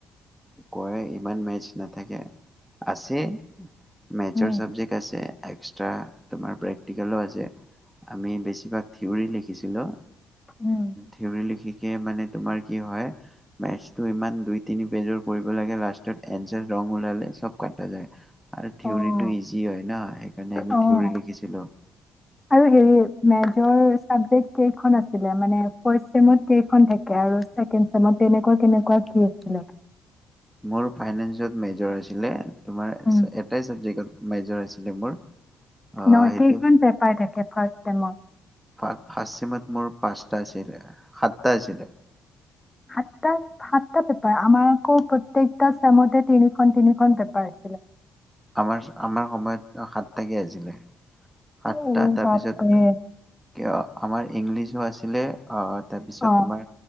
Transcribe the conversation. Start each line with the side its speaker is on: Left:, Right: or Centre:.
Centre: কয় ইমান মেচ নাথাকে আছে মেজৰ
Left: উম,
Centre: চাবজেক্ট আছে এক তাৰ পৰা প্ৰেক্টিকেলও আছে আমি বেছিভাগ থিয়ৰী লিখিছিলো
Left: উম,
Centre: থিউৰি লিখি মানে তোমাৰ কি হয়, মেথ্ছ ইমান দুই তিনি পেজৰ কৰিব লাগে লাষ্টত এঞ্চাৰ ৰঙ ওলালে চব কটা যায়। আৰু থিউৰিটো
Left: অ',
Centre: ইজি ইজি হয় ন সেকাৰণে আমি
Left: অ'।
Centre: থিউৰি লিখিছিলো।
Left: আৰু মেজৰ চাবজেক্ট কেইখন আছিলে। মানে ফৰ্ত চেমত কেইখন থাকে আৰু ছেকেন্ড চেমত তেনেকুৱা কেনেকুৱা কি আছিলে।
Centre: মোৰ ফাইনেন্সত মেজৰ আছিলে। তোমাৰ এটাই
Left: উম,
Centre: চাবজেক্টত? মেজৰ আছিলে মোৰ আহ
Left: নহ
Centre: সেইটো
Left: কেইখন পেপাৰ থাকে ফাৰ্ষ্ট টাইমত
Centre: ফাৰ্ষ্ট ছেমত মোৰ পাঁচটা আছিলে সাতটা আছিলে
Left: সাত সাতটা পেপাৰ আমাৰ আকৌ প্ৰত্যেকটা চেমতে তিনিখন তিনিখন পেপাৰ আছিলে।
Centre: আমাৰ আমাৰ সময়ত সাতটাকে আছিলে।
Left: অ',
Centre: সাতটা তাৰপিছত
Left: বাপৰে
Centre: কিয়, আমাৰ ইংলিছো আছিলে। তাৰপিছত
Left: অঁ
Centre: তোমাৰ